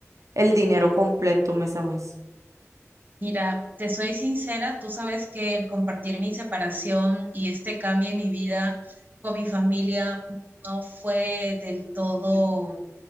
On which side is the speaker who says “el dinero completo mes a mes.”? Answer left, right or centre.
Right